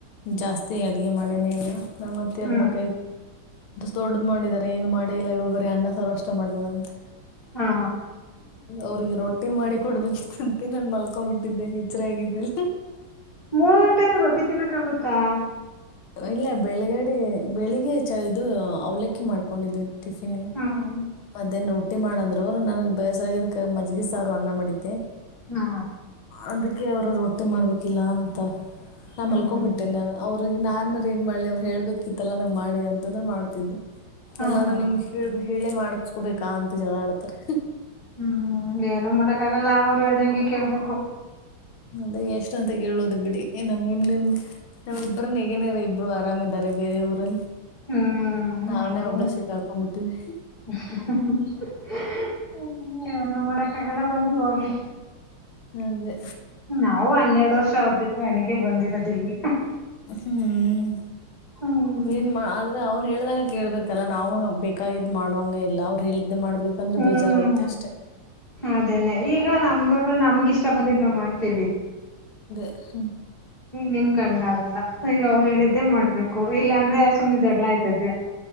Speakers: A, on the left; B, on the left.
A: ಜಾಸ್ತಿ ಅಡುಗೆ ಮಾಡೋನೇ ಇಲ್ಲ ನಮ್ಮತ್ತ
B: ಹ್ಮ್
A: ಮಕೈ ದೊಡದು ಮಾಡಿದಿದ್ದಾರೆ ಏನು ಮಾಡೇ ಇಲ್ಲ ಇಳ್ ಬರಿ ಅನ್ನ ಸಾವರು ಅಷ್ಟ ಮಾಡಲ್ಲ ಅಂತ
B: ಹಾ
A: ಅವ್ರಿಗೆ ರೋಟ್ಟಿ ಮಾಡಿ ಕೊಡ್ಬೇಕಿತ್ತಂತ ನನ್ ಮಲ್ ಮೋಕೊ್ಂಬಿಟ್ಟಿದ್ದೆ ಎಚ್ಚರ ಆಗಿದ್ದೀಿಲ್ಲ
B: ಮೂರ್ ಟೈಮ್ ರೊಟ್ಟಿ ತಿನ್ನಕ್ ಆಗುತ್ತಾ
A: ಇಲ್ಲ ಬೆಳಗಡೆ ಬೆಳಿಗ್ಗೆ ಚಿ ಅವಲಕ್ಕಿ ಮಾಡ್ಕೊಂಡಿದ್ನ್ ಟಿಫಿನ್ಿ
B: ಹ್ಮ್
A: ಮಧೇನ್ ರೊಟ್ಟಿ ಮಾಡಂದ್ರ ನನ ಬೇಸರಾಗಕ್ಕೆ ಮಜ್ಗಿ ಸಾರು ಅನ್ನ ಮಾಡಿದ್ದೆ
B: ಹಾ
A: ಅದಕ್ಕೆ ಅವರು ರೊಟ್ಟಿ ಮಾಡ್ಬೇಕಿಲ್ಲ ಅಂತ ನಮ್ಮ
B: ಹ್ಮ್
A: ಮಲ್ಕೊಂಡ್ಬಿಟ್ಟೆನೆ ನಾನು ಅವ ಅವ್ರಿಗೆ ನಾರ್ನ ಏ ಮಾಡ್ಲಿ ಅವ್ರು ಹೇಳ್ಬೇಕಕ್ಿತ್ತಲ್ಲ ನಂಗ ಮಾಡಿ ಅಂತಂದ್ರೆ ಮಾಡ್ತಿದಿದ್ದೆ
B: ಹ್ಮ್
A: ಎಲ್ಲಾನು ನಿಮ್ ಹೇಳ್ ಹೇಳೇ ಮಾಡಸ್ಕೊಬೇಕಾ ಅಂತ ಜಗಾ ಳ ಆಡ್ತರಿ
B: ಹ್ಮ್ ಏನು ಮಾಡಕ್ಕ ಆಗಲ್ಲ ಅವ್ರು ಹೇಳ್ದಂಗೆ ಕೆಲಸ ಕೇಳ್ಬೇಕು
A: ಅದೆ ಎಷ್ಟ ಅಂತ ಕೇಳೋದು ಬಿಡಿ ನಮ್ ಇನ್ನನ್ ನಾವ್ ಇಬ್್ರನ್ನ ಹೇಗನೇಾರ ಇ ಇಬ್ರು ಆರಾಮ್ ಇದಾರೆ ಬೇರೆ ಊರಲ್ಲಿ
B: ಹ್ಮ್ ಹ್ಮ್ಮ್
A: ನಾವೇ
B: ಹೆಂಗೇನೇ
A: ಒಬ್ಬ ಸಿಕ್ಕಾಕೊಂಡ್ಬಿಟ್ಟಿದ್ವಿ
B: <unintelligible> ಏನು ಮಾಡಕ್ಕ ಆಾಗಲ್ಲ ಬಂದಿ ಹೋಗ್ಲಿ
A: ಅದೇ
B: ನಾವು ಹನ್ನೆರಡು ವರ್ಷ ಅವ್ರ ಜೊತೆ ಎಣಗೆ ಬಂದಿರೋದಿಲ್ಲಿಗೆ
A: ಹ್ಮ್
B: ಹ್ಮ್
A: ಏನ್ ಆದ್ರೆ ಅವ ರು ಹೇಳ್ದಂಗ ಕೇಳಳ್ಬೇಕಲ್ಲ ನಾವು ಬೇಕಾಗಿದ್ದ್ ಮಾಡೋಂಗ ಇಲ್ಲ ಅವ್ರು ಹೇಳ ಇದು ಮಾಡ್ಬೇಕಂದ್ರೆ
B: ಹ್ಮ್
A: ಬೇಜಾರಾಗುತ್ತೆ ಅಷ್ಟೇ
B: ಅದೇನೆ ಈಗ ನಮ್ದುಂದ್ರೆ ನಮ್ಗ ಇಷ್ಟ ಬಂದಿದ್ ನಾವ್ ಮಾಡ್ತೇವಿ
A: ಹ್ಮ
B: ನಿಮ್ಗ ಹಂಗ ಆಗಲ್ಲ ಈಗ ಅವ್ರು ಹೇಳಿದ್ದೇ ಮಾಡ್ಬೇಕು ಇಲ್ಲಾಂದ್ರೆ ಸುಮಮ್ಮನೆ ಜಗಳ ಆಯ್ತದ್ದೆ